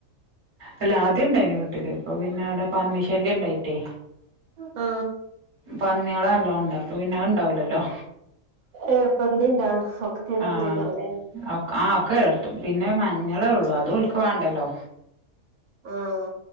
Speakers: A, on the right; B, on the right.
A: അല്ല ആദ്യ ഇണ്ടായ്നു വീട്ടില് ഇപ്പൊ പിന്നെ അവിടെ പന്നി ശല്യം ഇണ്ടായിട്ടേ
B: ആ
A: പന്ന്യോളല്ലോംണ്ട് അപ്പൊ പിന്നെ അഅ് ഇണ്ടാവൂലല്ലോ
B: ഏ പന്നിണ്ടാ ഒക്കെ കേടെടുത്തേക്കാരല്ലേ
A: ആഹ് ആ ഒക്കെർ പിന്നെ മഞ്ഞളേ ഒള്ളൂ അതോൽക്ക് വാണ്ടലോ
B: ആഹ്